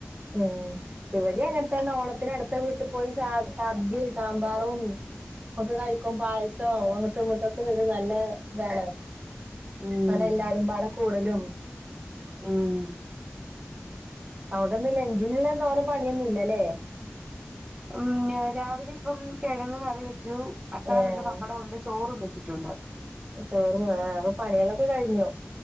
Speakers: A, on the right; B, on the right.
A: ഉം ഇവിടെ അങ്ങൻത്തെ തന്നെ ഓണത്തിന് അടുത്ത വീട്ടിൽ പോയി സ സദ്യ സാമ്പാറും ഒക്കേ കഴിക്കും പായസം അങ്ങോട്ടും ഇങ്ങോട്ടൊക്കെ ഒരു നല്ല ഇതാണ്
B: ഉം
A: അങ്ങനെ എല്ലാരും പാടെ കൂടലും
B: ഉം
A: അവിടെ ഇന്ന് ലഞ്ചിന്ള്ള തോനെ പണിയൊന്നും ഇല്ലല്ലേ
B: ഉം രാവിലെ ഇപ്പം കിഴങ്ങ് കറി വെച്ചു അച്ചാറുണ്ട്,
A: ഏഹ്
B: പപ്പടണ്ട് ചോറും വെച്ചിട്ടുണ്ട്
A: ചോറും ആഹ് അപ്പൊ പണികളൊക്കെ കഴിഞ്ഞു